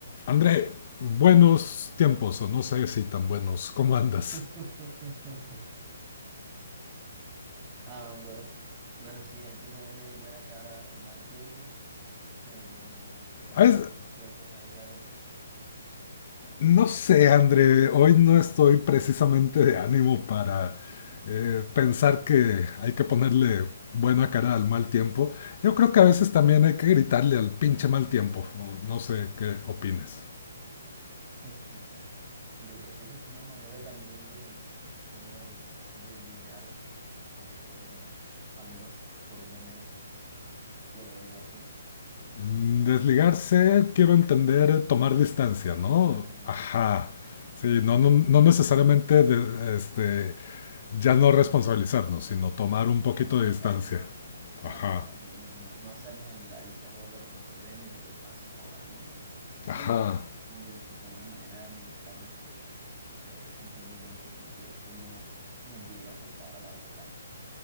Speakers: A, on the left; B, on the right.
A: André, buenos tiempos, o no sé si tan buenos. ¿Cómo andas?
B: <laughs> Ah, no, bueno, bueno, sí, hay que ponerle buena cara al mal tiempo, pero, pero
A: A
B: sí,
A: veces-
B: buenos tiempos hay a veces, sí, eso es cierto.
A: no sé, André, hoy no estoy precisamente de ánimo para eh, pensar que hay que ponerle buena cara al mal tiempo. Yo creo que a veces también hay que gritarle al pinche mal tiempo, o no sé qué opines.
B: <laughs> Yo creo que esa es una manera también de uno desligarse de los problemas, al menos por un momento, lo veo yo así,
A: Mm, Desligarse, quiero entender, tomar distancia,
B: emocionalmente.
A: ¿no? Ajá. Sí, no, no, no necesariamente de- este, ya no responsabilizarnos, sino tomar un poquito
B: Exacto,
A: de distancia.
B: ¿no? Exacto,
A: Ajá.
B: exacto. No, no, no hacernos el de la vista gorda con el problema y que los demás se jodan, ¿no? Sino
A: Ajá.
B: más bien como una manera de administrar nuestros, no sé, sentimientos y que esto no nos llegue a afectar a largo plazo.